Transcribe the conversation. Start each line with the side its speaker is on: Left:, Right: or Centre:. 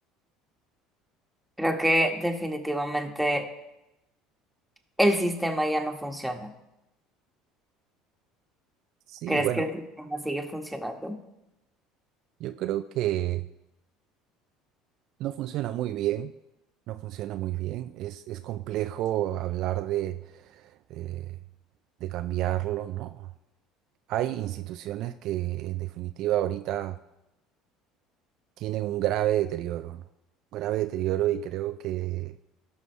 Centre: Creo que definitivamente. El sistema ya no funciona.
Right: Sí,
Centre: ¿Crees
Right: bueno,
Centre: que el sistema sigue funcionando?
Right: yo creo que no funciona muy bien, no funciona muy bien, es, es complejo hablar de, eh, de cambiarlo, ¿no? Hay instituciones que en definitiva ahorita tienen un grave deterioro, ¿no? grave deterioro y creo que